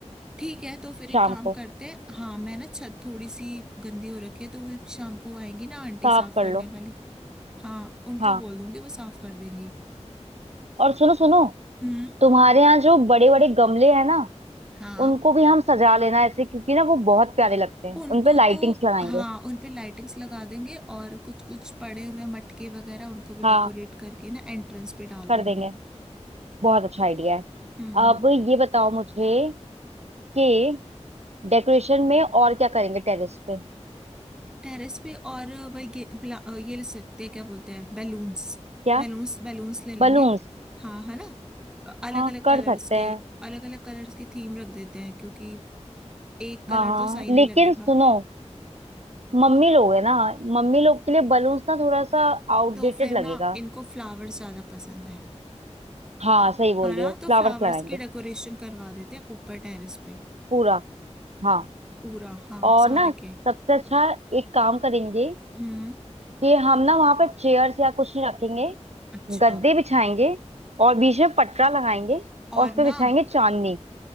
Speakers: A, in the centre; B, on the right.
A: ठीक है तो फिर एक
B: शाम
A: काम
B: को
A: करते हैं हाँ मैं ना छत थोड़ी सी गंदी हो रखी है तो वो शाम को आएंगी ना आंटी
B: साफ
A: साफ
B: कर
A: करने
B: लो
A: वाली हाँ उनको
B: हाँ
A: बोल दूंगी वो साफ कर देंगी
B: और सुनो सुनो
A: हम्म
B: तुम्हारे यहाँ जो बड़े बड़े गमले हैं ना
A: हाँ
B: उनको भी हम सजा लेना ऐसे क्योंकि ना वो बहुत प्यारे लगते हैं
A: उनको
B: उनपे लाइटिंग्स
A: तो
B: लगाएंगे
A: हाँ उन पे लाइटिंग्स लगा देंगे और कुछ कुछ पड़े हुए मटके वगैरह उनको भी
B: हाँ
A: डेकोरेट करके ना एंट्रेंस पे डाल
B: कर
A: देंगे
B: देंगे बहुत अच्छा आइडिया है
A: हम्म
B: अब
A: हम्म।
B: ये बताओ मुझे कि डेकोरेशन में और क्या करेंगे टेरेस पे
A: टेरेस पे और वही गे- ब्ला- अ, ये ले सकते हैं क्या बोलते हैं बैलून्स
B: क्या
A: बैलून्स बैलून्स ले लेंगे
B: बलून्स
A: हाँ है ना
B: हाँ
A: अलग अलग
B: कर
A: कलर्स
B: सकते हैं
A: के अलग अलग कलर्स की थीम रख देते हैं क्योंकि एक कलर
B: हाँ हाँ
A: तो सही नहीं
B: लेकिन
A: लगेगा
B: सुनो मम्मी लोग है ना मम्मी लोग के लिए बलून्स ना थोड़ा सा आउटडेटेड
A: तो फिर
B: लगेगा
A: ना इनको फ्लावर्स ज्यादा पसंद है
B: हाँ सही बोल
A: हाँ ना
B: रही हो फ्लावर्स
A: तो फ्लावर्स
B: लगाएंगे
A: की डेकोरेशन करवा देते हैं ऊपर टेरेस पे
B: पूरा हाँ
A: पूरा हाँ
B: और
A: सारे
B: ना
A: के
B: सबसे अच्छा एक काम करेंगे
A: हम्म
B: कि हम ना वहां पर चेयर्स या कुछ नहीं रखेंगे
A: अच्छा
B: गद्दे बिछाएंगे और बीच में पटरा लगाएंगे
A: और
B: और उस
A: ना
B: पे बिछाएंगे चांदनी